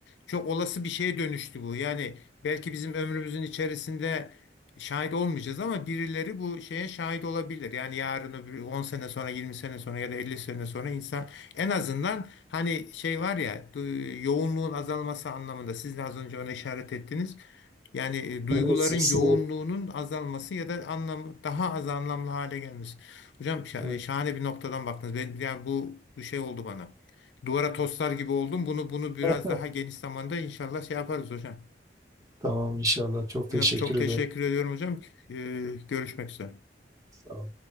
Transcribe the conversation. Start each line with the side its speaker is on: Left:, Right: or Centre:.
Left: çok olası bir şeye dönüştü bu. Yani belki bizim ömrümüzün içerisinde şahit olmayacağız ama birileri bu şeye şahit olabilir. Yani yarın öbür 10 sene sonra, 20 sene sonra ya da 50 sene sonra insan en azından hani şey var ya du- yoğunluğun azalması anlamında siz de az önce ona işaret ettiniz. Yani e, duyguların
Right: Evet, siz-
Left: yoğunluğunun azalması ya da anlam daha az anlamlı hale gelmesi. Hocam şa-
Right: evet.
Left: e, şahane bir noktadan baktınız. Ben yani bu bu şey oldu bana. Duvara toslar gibi oldum. Bunu bunu biraz
Right: <laughs>
Left: daha geniş zamanda inşallah şey yaparız hocam.
Right: Tamam inşallah. Çok
Left: Hocam
Right: teşekkür
Left: çok teşekkür
Right: ederim.
Left: ediyorum hocam. Ee, görüşmek üzere.
Right: Sağ olun.